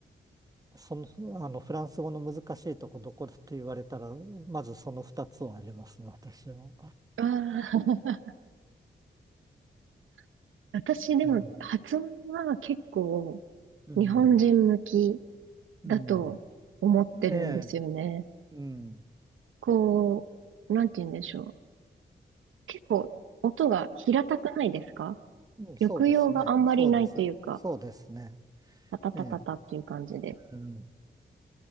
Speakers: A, on the right; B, on the right.
A: その、あの、フランス語の難しいとこどこだと言われたら、まずその二つはありますね、私は。
B: ああ、<laughs> 私でも発音は結構
A: うん、うん、
B: 日本人向き
A: うん。
B: だと思ってるんですよね。
A: ええ、うん。
B: こう、なんて言うんでしょう。結構音が平たくないですか
A: うん、そうですね。
B: 抑揚があんまりないというか、
A: そうです。そうですね。
B: タタタタタっていう感じで。
A: ええ。うん。